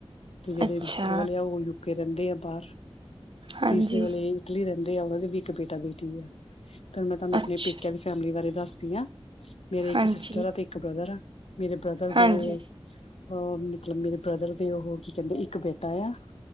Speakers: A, on the left; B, on the right.
A: ਤੇ ਜਿਹੜੇ
B: ਅੱਛਾ
A: ਦੂਸਰੇ ਵਾਲੇ ਆ ਓ ਯੂਕੇ ਰਹਿੰਦੇ ਆ ਬਾਰ,
B: ਹਾਂਜੀ
A: ਤੀਸਰੇ ਵਾਲ਼ੇ। ਇਟਲੀ ਰੈਂਦੇ ਆ, ਓਨਾਂ ਦੀ ਵੀ ਇੱਕ ਬੇਟਾ ਬੇਟੀ ਆ, ਤਾ ਹੁਣ ਮੈਂ ਤਾਹਨੂੰ
B: ਅੱਛਾ
A: ਆਪਣੇਂ ਪੇਕਿਆਂ ਦੀ ਫੈਮਿਲੀ ਬਾਰੇ ਦੱਸਦੀ ਆਂ। ਮੇਰੇ ਇੱਕ
B: ਹਾਂਜੀ
A: ਸਿਸਟਰ ਆ ਤੇ ਇੱਕ ਬ੍ਰਦਰ ਆ, ਮੇਰੇ ਬ੍ਰਦਰ
B: ਹਾਂਜੀ
A: ਦੇ ਅਹ। ਮੇਰੇ ਬ੍ਰਦਰ ਦੇ ਉਹ ਕੀ ਕਹਿੰਦੇ ਇੱਕ ਬੇਟਾ ਆ,